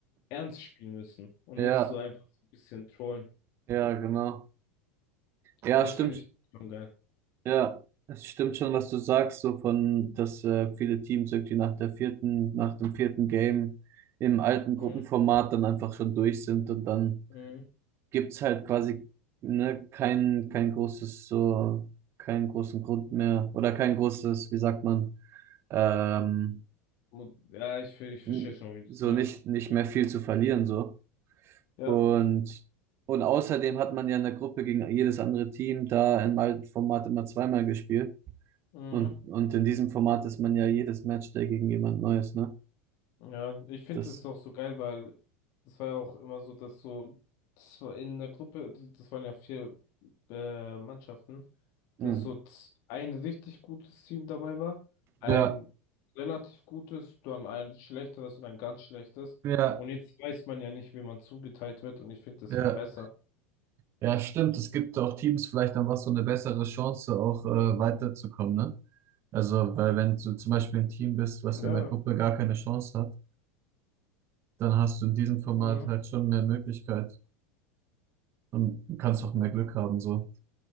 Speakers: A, on the left (about 45°); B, on the right (about 35°).
A: ernst spielen müssen und
B: Ja,
A: nicht so einfach so ein bisschen trollen.
B: ja, genau. Ja,
A: Und das
B: stimmt.
A: finde ich schon geil.
B: Ja, es stimmt schon, was du sagst, so von, dass äh, viele Teams irgendwie nach der vierten, nach dem vierten Game im alten Gruppenformat
A: Mhm.
B: dann einfach schon durch sind und dann
A: Mhm.
B: gibt's halt quasi ne, kein, kein großes, so, keinen großen Grund mehr oder kein großes, wie sagt man, ähm,
A: Mo- Ja, ich, ver- ich verstehe
B: n-
A: schon, wie du es
B: so
A: meinst.
B: nicht, nicht mehr viel zu verlieren, so.
A: Ja,
B: Und, und außerdem hat man ja in der Gruppe gegen jedes andere Team da im alten Format immer zweimal gespielt.
A: Mhm.
B: Und, und in diesem Format ist man ja jedes Matchday gegen jemand Neues, ne?
A: Ja, ich finde
B: Das,
A: es auch so geil, weil es war ja auch immer so, dass so, das war in der Gruppe, die- das waren ja vier äh, Mannschaften, dass
B: hm.
A: so z- ein richtig gutes Team dabei war, ein
B: Ja,
A: relativ gutes, dann ein schlechteres und ein ganz schlechtes.
B: ja,
A: Und jetzt weiß man ja nicht, wie man zugeteilt wird und ich finde das
B: ja.
A: viel besser.
B: Ja, stimmt. Es gibt auch Teams vielleicht dann was so eine bessere Chance, auch äh, weiterzukommen, ne? Also, weil wenn du zum Beispiel ein Team bist, was
A: Ja,
B: in der Gruppe gar keine Chance hat, dann hast du in diesem Format
A: ja.
B: halt schon mehr Möglichkeit und kannst auch mehr Glück haben, so